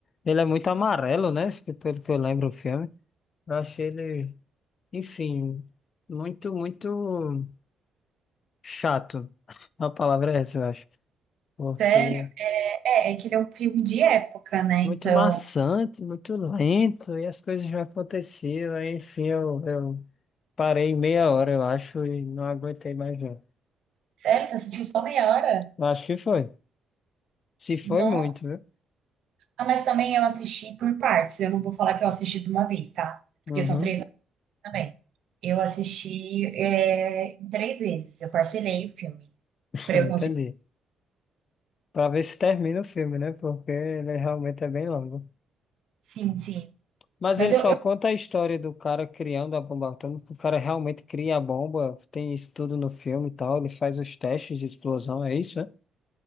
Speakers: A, on the left; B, on the right.
A: Ele é muito amarelo, né? Se- Pelo que eu lembro o filme. Eu achei ele, enfim, muito, muito chato. <laughs> A palavra é essa, eu acho. Porque
B: Sério, é, é que ele é um filme de época, né?
A: muito
B: Então,
A: maçante, muito lento, e as coisas já aconteciam, aí, enfim, eu, eu Parei meia hora, eu acho, e não aguentei mais não.
B: sério, você assistiu só meia hora?
A: Eu Acho que foi. Se foi
B: Não,
A: muito, viu?
B: Ah, mas também eu assisti por partes. Eu não vou falar que eu assisti de uma vez, tá? Porque
A: Uhum,
B: são três horas também. Eu assisti é, em três vezes. Eu parcelei o filme
A: <laughs>
B: para
A: entendi.
B: eu conseguir.
A: Pra ver se termina o filme, né? Porque ele realmente é bem longo.
B: Sim, sim.
A: Mas
B: Mas
A: ele
B: eu,
A: só
B: eu
A: conta a história do cara criando a bomba atômica. O cara realmente cria a bomba, tem isso tudo no filme e tal. Ele faz os testes de explosão, é isso, né?